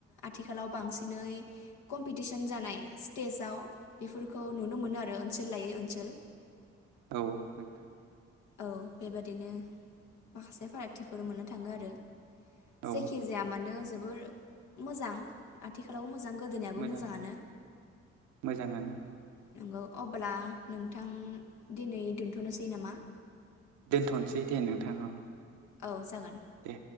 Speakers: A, on the left; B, on the right.
A: आथिखालाव बांसिनै कमपिटिसन जानाय स्टेजाव बेफोरखौ नुनो मोनो आरो ओनसोल लायै ओनसोल।
B: औ नोंथां।
A: औ बेबादिनो माखासे फारागथिफोर मोननो थाङो आरो।
B: औ
A: जायखि जाया मानो जोब जोबोर मोजां आथिखालाव मोजां गोदोनियाबो
B: मोजां
A: मोजाङानो
B: मोजाङानो
A: नंगौ। अब्ला नोंथां दिनै दोनथ'नोसै नामा?
B: दोनथनोसै दे नोंथां औ।
A: औ जागोन।
B: दे।